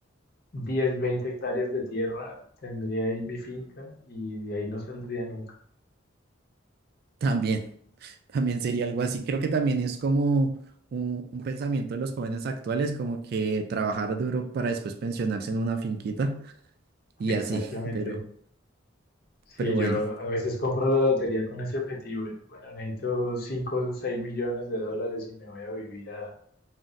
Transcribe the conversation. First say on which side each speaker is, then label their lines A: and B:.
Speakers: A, on the left; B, on the right.
A: 10, 20 hectáreas de tierra, tendría ahí mi finca y de ahí no saldría nunca.
B: <laughs> también, también sería algo así. Creo que también es como un, un pensamiento de los jóvenes actuales, como que trabajar duro para después pensionarse en una finquita y
A: Exactamente.
B: así, <laughs> pero,
A: Sí,
B: pero
A: yo
B: bueno.
A: a veces compro la lotería con ese objetivo. Yo, bueno, necesito 5, o 6 millones de dólares y me voy a vivir a,